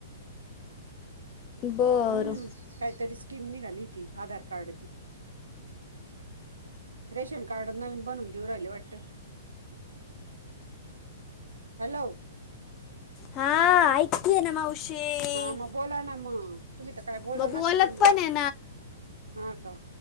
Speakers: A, on the left; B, on the right.
A: बरं.
B: हम्म काहीतरी स्कीम निघाली ती आधार कार्डची रेशन कार्ड नवीन बनून देऊ राहिले वाटतं हॅलो
A: हा ऐकतेय ना मावशी
B: हा म बोला ना मअ तुम्हीत काय बोला
A: मग
B: ना
A: बोलत
B: तिकडनं
A: पण आहे
B: हा का